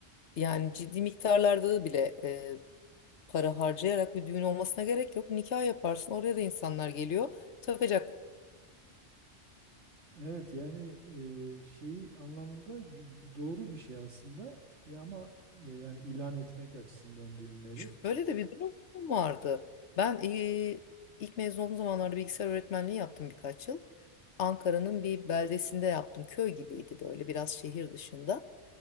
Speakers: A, on the left; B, on the right.
A: Yani ciddi miktarlarda bile e, para harcayarak bir düğün olmasına gerek yok. Nikah yaparsın oraya da insanlar geliyor. takacak.
B: Evet yani e, şeyi anlamında gü- doğru bir şey aslında ya ama e, yani ilan etmek açısından düğünleri.
A: Şöyle de bir durum vardı. Ben eee, ilk mezun olduğum zamanlarda bilgisayar öğretmenliği yaptım birkaç yıl. Ankara'nın bir beldesinde yaptım. Köy gibiydi böyle biraz şehir dışında.